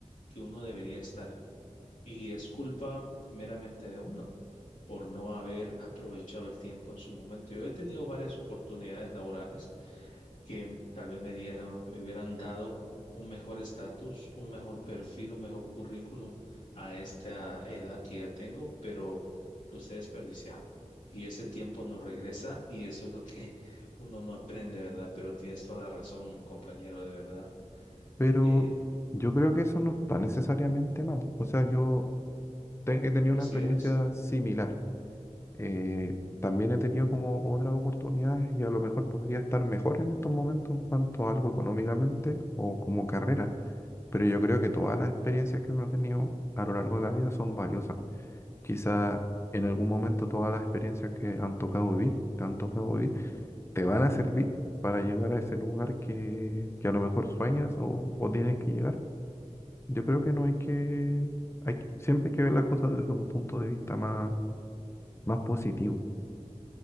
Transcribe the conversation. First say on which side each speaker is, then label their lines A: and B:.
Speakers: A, on the left (about 80°); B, on the left (about 20°).
A: que uno debería estar y es culpa meramente de uno por no haber aprovechado el tiempo en su momento. Yo he tenido varias oportunidades laborales que tal vez me dieron, me hubieran dado un mejor estatus, un mejor perfil, un mejor currículum a esta edad que ya tengo, pero los he desperdiciado. Y ese tiempo no regresa y eso es lo que <laughs> uno no aprende, ¿verdad? Pero tienes toda la razón, compañero, de verdad.
B: Pero
A: Eh,
B: yo creo que eso no está necesariamente mal. O sea, yo te- he tenido
A: ¿consideras?
B: una experiencia similar. Eh, también he tenido como otras oportunidades y a lo mejor podría estar mejor en estos momentos en cuanto a algo económicamente o como carrera. Pero yo creo que todas las experiencias que uno ha tenido a lo largo de la vida son valiosas. Quizá en algún momento todas las experiencias que han tocado vivir, te han tocado vivir, te van a servir para llegar a ese lugar que, que a lo mejor sueñas o o tienes que llegar. Yo creo que no hay que, hay, que- siempre hay que ver las cosas desde un punto de vista más, más positivo.